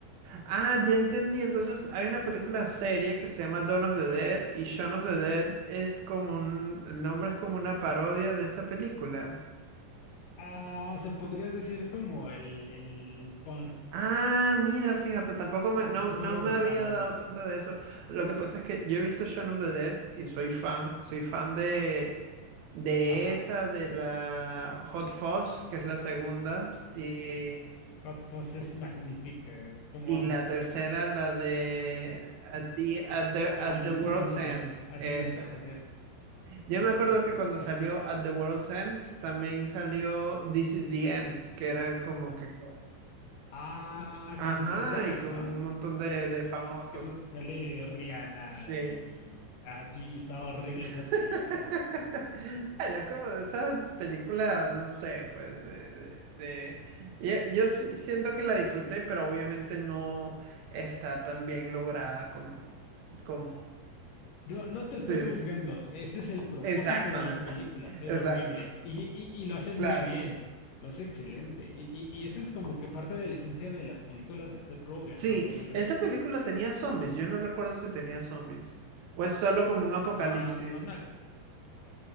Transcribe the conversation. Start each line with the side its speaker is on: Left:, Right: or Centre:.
Right: Ah, ya entendí. Entonces, hay una película seria que se llama Dawn of the Dead y Shaun of the Dead es como un, el nombre es como una parodia de esa película.
Left: Ah, se podría decir, es como el, el pun,
Right: Ah, mira, fíjate, tampoco me, no,
Left: es el juego
Right: no me
Left: de
Right: había
Left: palabras.
Right: dado cuenta de eso. Lo que pasa es que yo he visto Shaun of the Dead y soy fan, soy fan de, de
Left: Ajá,
Right: esa, de la Hot Fuzz, que es la segunda, y,
Left: Hot Fuzz es magnífica, como
Right: y
Left: amo
Right: la
Left: Hot
Right: tercera,
Left: Fuzz.
Right: la de At the, At the,
Left: Al
Right: At the World's
Left: fin del mundo,
Right: End,
Left: at
Right: esa.
Left: the end, at the end, at the
Right: Yo
Left: world's
Right: me acuerdo
Left: end,
Right: que
Left: exacto.
Right: cuando salió At the World's End, también salió This is the End, que era como que... con-
Left: Ah,
Right: Ajá,
Left: con Seth Rogen,
Right: y con
Left: ¿no?
Right: un montón de, de famosos.
Left: Que es donde sale Rihanna
Right: Sí.
Left: y así, está horrible
Right: <laughs>
Left: esa película.
Right: Bueno, es como de esas películas, no sé, pues de... de- de- Yo, yo sí siento que la disfruté, pero obviamente no está tan bien lograda como... como...
Left: No, no te estoy
Right: Sí,
Left: juzgando, ese es el propósito
Right: exactamente.
Left: de la película, ser
Right: Exacto.
Left: horrible. Y, y- y lo hace muy
Right: Claro.
Left: bien, lo hace excelente. Y, y, y ese es como que parte de la esencia de las películas de Seth Rogen,
Right: Sí,
Left: ¿no, no crees?
Right: esa película tenía zombies. Yo no recuerdo si tenía zombies. O es solo como un apocalipsis.
Left: Ah, no me acuerdo.